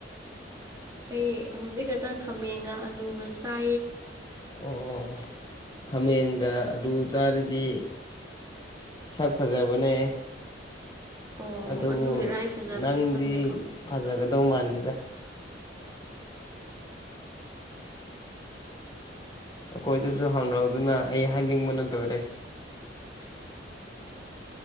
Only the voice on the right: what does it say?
ꯑꯩ ꯍꯧꯖꯤꯛ ꯈꯛꯇꯪ ꯈꯥꯃꯦꯟꯒ ꯑꯂꯨꯒ ꯆꯥꯏ
ꯑꯣ
ꯑꯗꯨꯒꯤꯔ ꯑꯩ ꯐꯖꯕꯁꯦ
ꯈꯪꯗꯦꯀꯣ